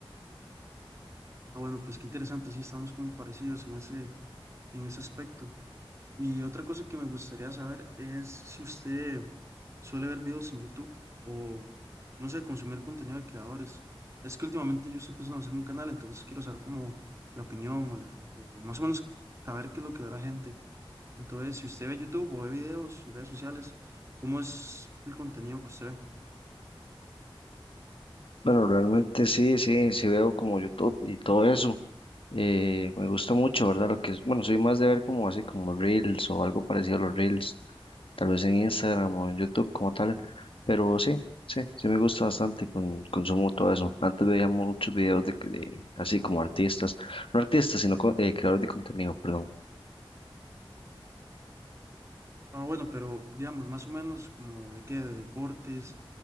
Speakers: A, on the right; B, on the left.
A: Ah, bueno, pues qué interesante, sí estamos como parecidos en ese, en ese aspecto. Y otra cosa que me gustaría saber es si usted suele ver videos en YouTube o, no sé, consumir contenido de creadores. Es que últimamente yo estoy pensando en hacerme un canal, entonces quiero saber como la opinión o la, o más o menos saber qué es lo que da la gente. Entonces, si usted ve YouTube o ve videos, redes sociales, ¿cómo es el contenido que usted ve?
B: Bueno, realmente sí, sí, sí veo como YouTube y todo eso. eh, me gusta mucho, ¿verdad? Lo que es, bueno, soy más de ver como así como Reels o algo parecido a los Reels. tal vez en Instagram o en YouTube como tal, pero sí, sí, sí me gusta bastante, con, consumo todo eso. Antes veía muchos videos de, de- así como artistas, no artistas, sino co- eh, creadores de contenido, perdón.
A: Ah, bueno, pero digamos, más o menos como de qué, de deportes,